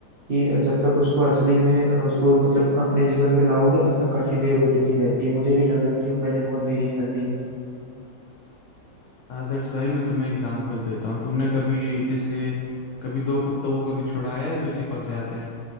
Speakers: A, on the right; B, on the left.
A: कि जब तक उसको असली में अ, उसको मतलब अपने जीवन में लाओ ना तब तक काफी देर हो चुकी रहती है मुझे भी लग रहा है कि अब मैंने बहुत देरी कर दी है
B: आदर्श भाई मैं तुम्हें एग्जांपल देता हूँ तुमने कभी जैसे कभी दो कुत्तों को कभी छुड़ाया है जो चिपक जाते हैं